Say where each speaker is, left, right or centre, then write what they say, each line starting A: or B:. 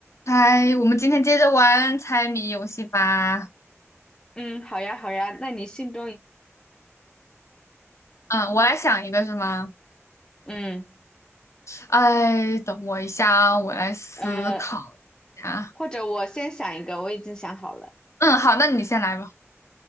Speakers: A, on the left; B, on the left.
A: 嗨，我们今天接着玩猜谜游戏吧。
B: 嗯，好呀，好呀，那你心中，
A: 嗯，我来想一个是吗？
B: 嗯，
A: 哎，等我一下啊，我来思考一下。
B: 呃，或者我先想一个，我已经想好了，
A: 嗯，好，那你先来吧。